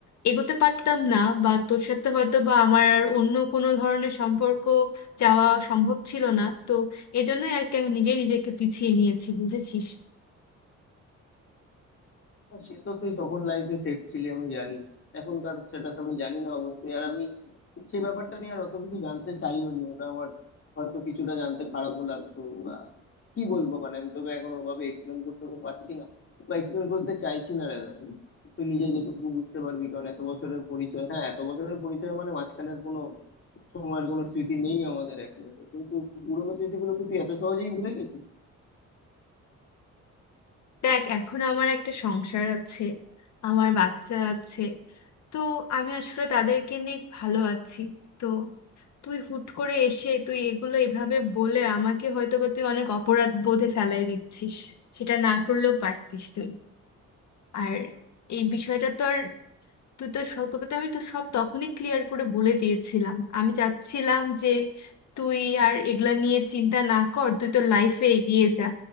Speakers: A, on the left; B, on the left.
A: এগোতে পারতাম না বা তোর সাথে হয়তো বা আমার আর অন্য কোনো ধরনের সম্পর্ক যাওয়া সম্ভব ছিল না তো এজন্যই আর কি আমি নিজে নিজেকে পিছিয়ে নিয়েছি বুঝেছিস
B: সে তো তুই তখন লাইফে সেট ছিলি আমি জানি এখনকার স্ট্যাটাস আমি জানি না অবশ্যই আর আমি সে ব্যাপারটা নিয়ে আর অত কিছু জানতে চাইও নি ওটা আমার হয়তো কিছুটা জানতে খারাপও লাগতো বা কি বলবো মানে আমি তোকে এখন ওভাবে এক্সপ্লেন করতে তো পারছি না বা এক্সপ্লেন করতে চাইছি না দাদা তুই নিজে যেটুকু বুঝতে পারবি কারণ এত বছরের পরিচয় হ্যাঁ এত বছরের পরিচয় মানে মাঝখানের কোনো সময়ের কোনো স্মৃতি নেই আমাদের একসাথে কিন্তু পুরোনো স্মৃতিগুলোকে তুই এত সহজেই ভুলে গেছিস
A: দেখ এখন আমার একটা সংসার আছে আমার বাচ্চা আছে তো আমি আসলে তাদেরকে নিয়ে ভালো আছি তো তুই হুট করে এসে তুই এগুলো এভাবে বলে আমাকে হয়তো বা তুই অনেক অপরাধ বোধে ফেলাই দিচ্ছিস সেটা না করলেও পারতিস তুই আর এই বিষয়টা তো আর তুই তো স- তোকে তো আমি তো সব তখনই ক্লিয়ার করে বলে দিয়েছিলাম আমি চাচ্ছিলাম যে তুই আর এগুলা নিয়ে চিন্তা না কর তুই তো লাইফে এগিয়ে যা